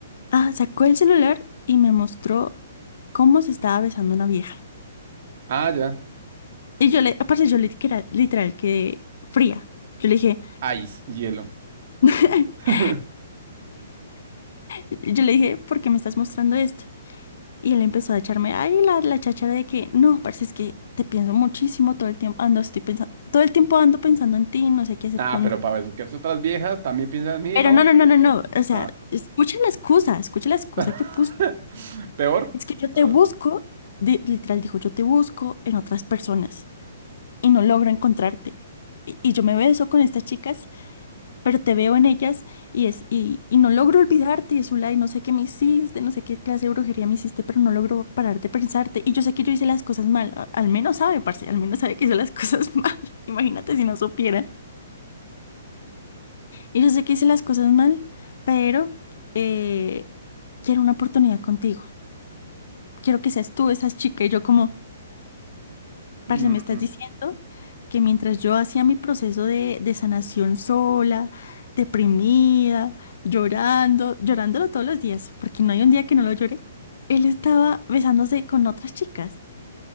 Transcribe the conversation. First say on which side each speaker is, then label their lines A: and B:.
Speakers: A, on the left; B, on the right.
A: ah, sacó el celular y me mostró cómo se estaba besando una vieja.
B: Ah, ya.
A: Y yo le, aparte yo le literal, literal quedé fría. Yo le dije,
B: Ice, hielo.
A: <laughs>
B: <laughs>
A: yo le dije, ¿por qué me estás mostrando esto? Y él empezó a echarme ahí la, la cháchara de que, no, parce, es que te pienso muchísimo todo el tiempo, ando, estoy pensando, todo el tiempo ando pensando en ti, no sé qué hacer
B: Ah,
A: con
B: pero para besuquearse otras viejas, también piensa en mí,
A: Pero
B: ¿no?
A: no, no, no, no, no, o sea,
B: Ah.
A: escucha la excusa, escucha la excusa
B: <laughs>
A: que puso.
B: Peor.
A: Es que yo te
B: A
A: busco,
B: ver.
A: di- literal dijo, yo te busco en otras personas y no logro encontrarte. Y, y yo me beso con estas chicas pero te veo en ellas y es y, y no logro olvidarte, Zulay, no sé qué me hiciste, no sé qué clase de brujería me hiciste, pero no logro parar de pensarte. Y yo sé que yo hice las cosas mal, a- al menos sabe, parce, al menos sabe que hice las <laughs> cosas mal. Imagínate si no supiera. Y yo sé que hice las cosas mal, pero eh, quiero una oportunidad contigo. Quiero que seas tú esa chica y yo como...
B: Mm,
A: Parce, me estás diciendo que mientras yo hacía mi proceso de, de sanación sola, deprimida, llorando, llorándolo todos los días, porque no hay un día que no lo llore, él estaba besándose con otras chicas.